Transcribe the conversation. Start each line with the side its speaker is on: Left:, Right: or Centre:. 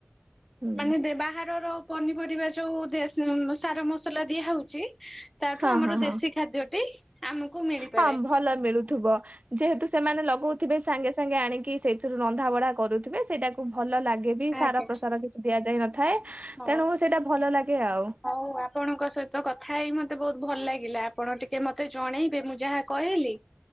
Right: ହୁଁ
Centre: ମାନେ ଦେ ବାହାରର ପନିପରିବା ଯୋଉ ଦେ ସାର ମସଲା ଦିଆ ହଉଚି। ତାଠୁ
Right: ହଁ
Centre: ଆମର
Right: ହଁ ହଁ
Centre: ଦେଶୀ ଖାଦ୍ୟଟି ଆମକୁ ମିଳିପାରେ।
Right: ହଁ ଭଲ ମିଳୁ ଥୁବ। ଯେହେତୁ ସେମାନେ ଲଗଉଥିବେ ସାଙ୍ଗେ ସାଙ୍ଗେ ଆଣିକି ସେଇଥିରୁ ରନ୍ଧା ବଢା କରୁଥିବେ ସେଇଟାକୁ ଭଲ ଲାଗେ ବି। ବି
Centre: ଆଜ୍ଞା
Right: ସାର ପ୍ରସାର କିଛି ଦିଆଯାଇ ନଥାଏ
Centre: ହଉ।
Right: ତେଣୁ ସେଇଟା ଭଲ ଲାଗେ ଆଉ।
Centre: ହଉ ଆପଣଙ୍କ ସହିତ କଥା ହେଇ ମତେ ବହୁତ ଭଲ ଲାଗିଲା ଆପଣ ଟିକେ ମତେ ଜଣେଇବେ ମୁଁ ଯାହା କହିଲି।